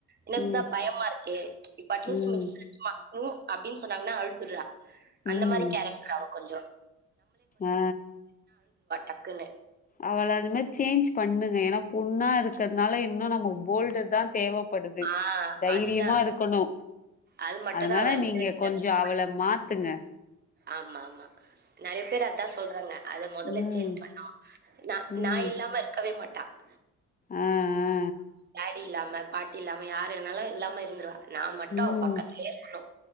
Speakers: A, on the right; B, on the left.
A: எனக்குதா
B: ம்
A: பயமா இருக்கே இப்ப அட்லீஸ்ட்
B: ம்
A: மிஸ் <inaudible> உ அப்டின் சொன்னாங்கனா அழுதுடுறா அந்த
B: ம்
A: மாரி கேரக் கொஞ்ச
B: ஆ
A: டக்குன்னு.
B: அவள அது மாரி சேன்ச் பண்ணுங்க ஏனா பொண்ணா இருக்கிறதுனால இன்னு நமக் போல்டு தா தேவ படுது
A: ஆ
B: தைரியமா
A: அதுதான்.
B: இருக்கணு
A: அது மட்டும்
B: அதனால
A: தான் அவள்ட்ட
B: நீங்க
A: இருக்கிற
B: கொஞ்ச
A: வீக்
B: அவள
A: பாயிண்ட்.
B: மாத் த்துங்க
A: ஆமா ஆமா நறைய பேர் அதா சொ சொல்றாங்க அத மொதல்ல
B: ம்
A: சேஞ்ச் பண்ணொ நா
B: ம்
A: நா இல்லாம இருக்கவே மாட் <inaudible>
B: ஆ ஆ
A: டேடி இல்லாம பாட்டி இல்லாம யாரு என்னாலு இல்லாம இருந்துருவா நா மட்டு
B: ம்
A: அவ பக்கத்லயே இருக்கணு